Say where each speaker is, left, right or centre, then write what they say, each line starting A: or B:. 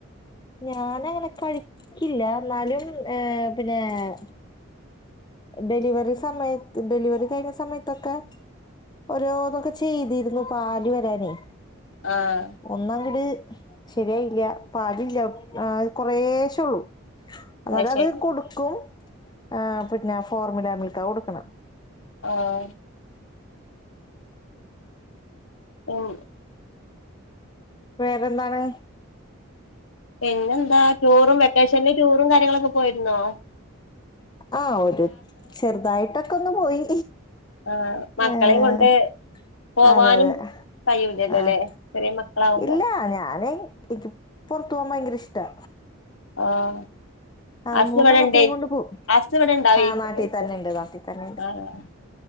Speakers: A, on the left; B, on the left.
A: ഞാനങ്ങനെ കഴിക്കില്ല ന്നാലും ഏയേ പിന്നേം ഡലിവറി സമയത് ഡലിവറി കഴിഞ്ഞ സമയതൊക്കെ ഓരോന്നൊക്കെ ചെയ്തിര്ന്നു പാല് വരാനേ
B: ആഹ്
A: ഒന്നങ്കട് ശരിയായില്ല്യ പാൽ ല്ല്യ ആഹ് കൊറെശള്ളൂ എന്നാലത്
B: അത് ശരി
A: കൊടുക്കും ആഹ് പിന്നെ ഫോർമുല മിൽക്കാ കൊടുക്ണെ
B: ആഹ് ഓളുണ്ട്
A: വേറെന്താണ്
B: പിന്നെന്താ ടൂറും വെക്കേഷല് ടൂറും കാര്യങ്ങളൊക്കെ പോയിര് ന്നോ
A: ആഹ് ഒരു ചെറുതായിട്ടൊക്കെ ഒന്ന് പോയി
B: ആഹ് മക്കളിം
A: ഏഹ്
B: കൊണ്ട് പോവാനും
A: അതെ അതെ
B: കഴിയൂലല്ലോ
A: ആഹ്
B: ല്ലേ ചെറിയ മക്കളാവുമ്പോ
A: ഇല്ല ഞാന് ഇക് പൊർത്തു പോവാൻ ഭയങ്കര ഇഷ്ടാ
B: ആഹാ
A: ആഹ്
B: അസ്സ്
A: മൂന്നെണ്ണത്തിനേം
B: ബടണ്ട്
A: കൊണ്ട് പോവും
B: അസ്സ്ഇവിടെണ്ട അവിയിക്
A: ആഹ് നാട്ടി
B: ഇക്കും
A: തന്നെണ്ട് നാട്ടി തന്നെണ്ട്
B: ആഹ് ആഹ്